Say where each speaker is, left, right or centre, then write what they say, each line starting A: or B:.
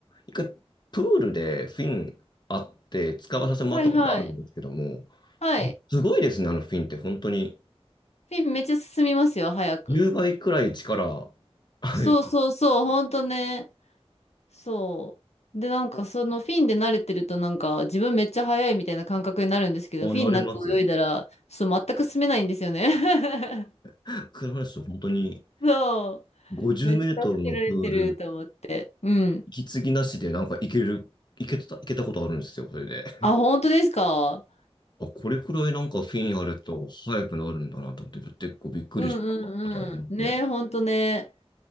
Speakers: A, on the left; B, on the left.
A: 一回、プールでフィンあって、使わさせてもらったことあるんですけども、
B: はいはい。はい。
A: すごいですね、あのフィンって、本当に。
B: フィンめっちゃ進みますよ、早く。
A: 10倍くらい力、はい、
B: そうそうそう、ほんとね。そう。で、なんかそのフィンで慣れてるとなんか自分めっちゃ速いみたいな感覚になるんですけど、
A: あ、
B: フィンなんか泳いだら、
A: なれます。
B: そう、全く進めないんですよね。
A: 僕の話、本当に、
B: <laughs> そ
A: 50メートルのプール、
B: う。めっちゃ助けられてると思って。うん。
A: 息継ぎなしで、なんか、いける、いけた、いけたことあるんですよ、それで。
B: あ、本当ですか
A: あ、これくらいなんかフィンあると、速くなるんだなと思って、結構びっくりしたことありますね。
B: うんうんうん。ね、本当ね。